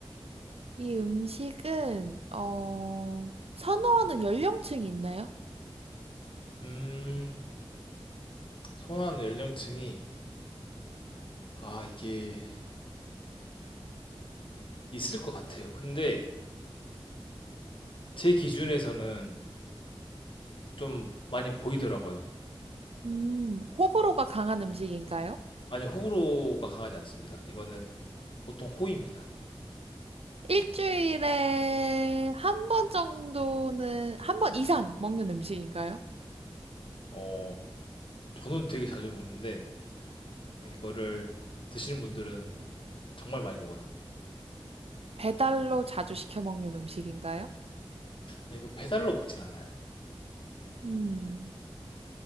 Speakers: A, on the right (about 80°); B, on the left (about 60°).
A: 이 음식은, 어, 선호하는 연령층이 있나요?
B: 음, 선호하는 연령층이 아, 이게 있을 것 같아요. 근데 제 기준에서는 좀 많이 보이더라고요.
A: 음, 호불호가 강한 음식인가요?
B: 아니, 호불호가 강하지 않습니다. 이거는 보통 호입니다.
A: 일주일에 한 번 정도는, 한 번 이상 먹는 음식인가요?
B: 어, 저는 되게 자주 먹는데 어, 이거를 드시는 분들은 정말 많이 먹어요.
A: 배달로 자주 시켜 먹는 음식인가요?
B: 아니, 이건 배달로 먹진 않아요.
A: 음.